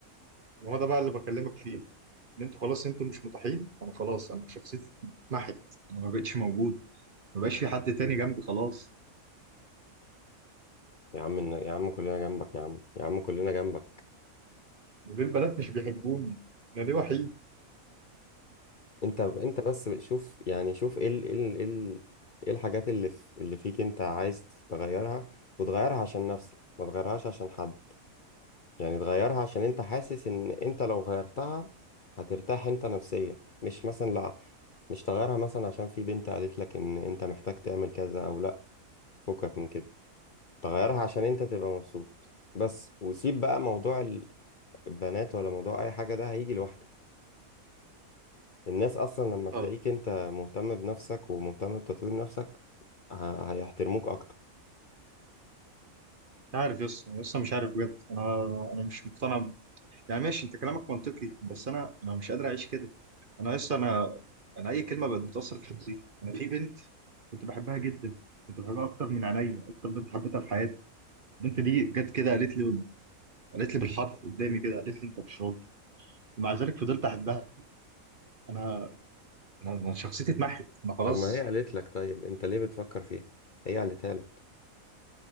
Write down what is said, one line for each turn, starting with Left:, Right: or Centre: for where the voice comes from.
Right: ما هو ده بقى اللي بكلمك فيه ان انتوا خلاص انتوا مش متاحين انا خلاص انا شخصيتي اتمحت انا ما بقتش موجود ما بقاش في حد تاني جنبي خلاص
Left: يا عم يا عم كلنا جنبك يا عم يا عم كلنا جنبك
Right: وليه البنات مش بيحبوني انا ليه وحيد
Left: أنت أنت بس شوف يعني شوف إيه ال... إيه ال... إيه ال- إيه الحاجات اللي في... اللي فيك أنت عايز تغيرها وتغيرها عشان نفسك ما تغيرهاش عشان حد يعني تغيرها عشان انت حاسس ان انت لو غيرتها هترتاح انت نفسيا مش مثلا لا مش تغيرها مثلا عشان في بنت قالت لك ان انت محتاج تعمل كذا او لا فكك من كده تغيرها عشان انت تبقى مبسوط بس وسيب بقى موضوع البنات ولا موضوع اي حاجة ده هيجي لوحده الناس اصلا لما تلاقيك
Right: اه
Left: انت مهتم بنفسك ومهتم بتطوير نفسك ه- هيحترموك اكتر
Right: مش عارف يا اسطى يا اسطى مش عارف بجد انا انا مش مقتنع يعني ماشي انت كلامك منطقي بس انا انا مش قادر اعيش كده انا لسه انا انا اي كلمه بقت بتاثر في شخصيتي انا في بنت كنت بحبها جدا كنت بحبها اكتر من عينيا اكتر بنت حبيتها في حياتي البنت دي جت كده قالت لي قالت لي بالحرف قدامي كده قالت لي انت مش راجل ومع ذلك فضلت احبها انا انا أنا شخصيتي اتمحت انا خلاص
Left: طب ما هي قالت لك طيب انت ليه بتفكر فيها هي قالتها لك